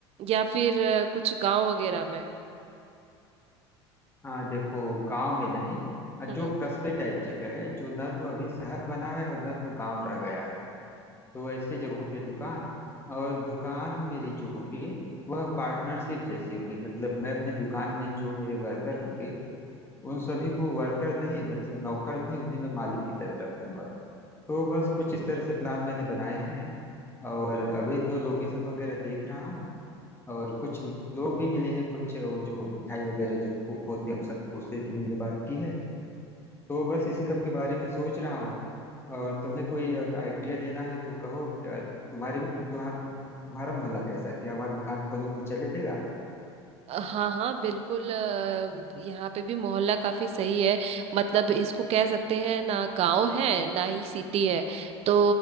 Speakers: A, on the right; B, on the left.
A: या फिर अ, कुछ गांव वगैरह में
B: हाँ देखो गांव में नहीं
A: हम्म
B: जो कस्बे टाइप जगह है जो ना तो अभी शहर बना है और ना तो गांव रह गया है तो ऐसी जगहों पे दुकान और दुकान मेरी जो होगी वह पार्टनरशिप जैसी होगी मतलब मैं अपने दुकान में जो मेरे वर्कर होंगे उन सभी को वर्कर नहीं मतलब नौकर नहीं उन्हें मैं मालिक की तरह रखूंगा तो बस कुछ इस तरह से प्लान मैंने बनाए हैं और अभी तो लोकेशन वगैरह देख रहा हूँ और कुछ लोग भी मिले हैं कुछ वो जो मिठाई वगैरह जो कुक होते हैं उन सबको उससे भी मैंने बात की है तो बस इसी सब के बारे में सोच रहा हूँ और तुम्हें कोई आइडिया देना है तो कहो क्या तुम्हारे भी तुम्हारा तुम्हारा मोहल्ला कैसा है क्या वहाँ दुकान खोलूँ तो चलेगा
A: हाँ हाँ बिल्कुल अ, यहाँ पे भी मोहल्ला काफी सही है मतलब इसको कह सकते हैं ना गांव है ना ही सिटी है तो